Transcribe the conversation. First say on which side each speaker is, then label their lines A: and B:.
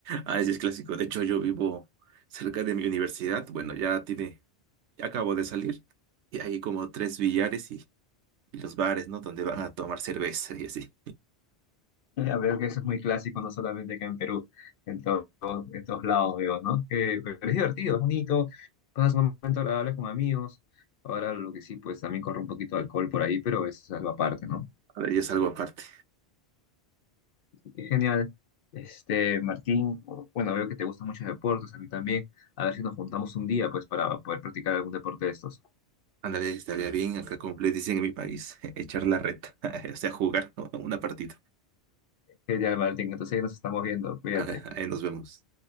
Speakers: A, on the right; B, on the left.
A: ah, sí es clásico. De hecho, yo vivo cerca de mi universidad. Bueno, ya tiene, ya acabo de salir. Y hay como tres billares y, y los bares, ¿no? Donde van a tomar cerveza y así.
B: Ya veo que eso es muy clásico, no solamente acá en Perú, en to- en todos estos lados veo, ¿no? Que, pero es divertido, es bonito, pasas un momento agradable con amigos. Ahora lo que sí, pues también corre un poquito de alcohol por ahí, pero eso es algo aparte, ¿no?
A: A ver, ya es algo aparte.
B: Qué genial. Este, Martín, bueno, veo que te gustan muchos deportes, a mí también. A ver si nos juntamos un día, pues, para poder practicar algún deporte de estos.
A: Ándale, estaría bien, acá como le dicen en mi país, <laughs> echar la reta, <laughs> o sea, jugar ¿no? una partida.
B: Genial, Martín, entonces ahí nos estamos viendo, cuídate.
A: Ahora, ahí nos vemos.